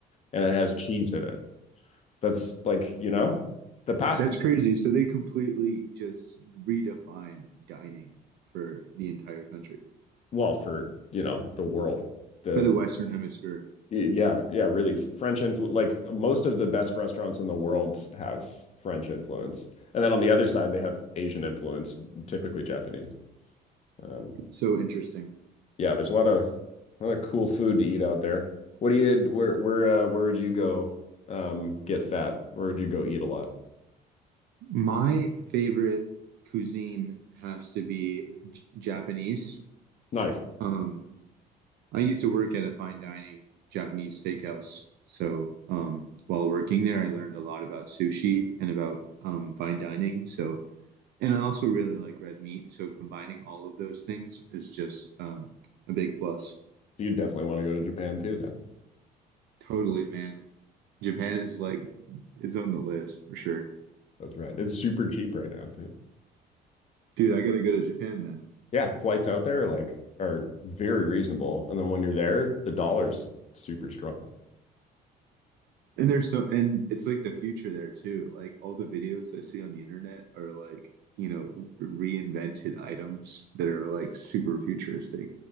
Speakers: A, on the left (about 40°); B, on the right (about 75°).
A: and it has cheese in it. That's like, you know, the past
B: That's crazy. So they completely just redefined dining for the entire country,
A: well, for, you know, the world, the
B: for the Western Hemisphere.
A: Yeah, yeah, really. French influence, like most of the best restaurants in the world have French influence. And then on the other side, they have Asian influence, typically Japanese. Um,
B: So interesting.
A: yeah, there's a lot of a lot of cool food to eat out there. What do you where where uh, where would you go um get fat? Where would you go eat a lot?
B: My favorite cuisine has to be J Japanese.
A: Nice.
B: Um, I used to work at a fine dining Japanese steakhouse. So, um, while working there, I learned a lot about sushi and about um, fine dining. So, and I also really like red meat. So, combining all of those things is just um, a big plus.
A: You definitely want to go to Japan too then.
B: Totally, man. Japan is like, it's on the list for sure.
A: That's right. It's super cheap right now too.
B: Dude, I gotta go to Japan then.
A: Yeah, flights out there like are very reasonable. And then when you're there, the dollar's super strong.
B: And there's so, and it's like the future there too. Like, all the videos I see on the internet are like, you know, r- reinvented items that are like super futuristic.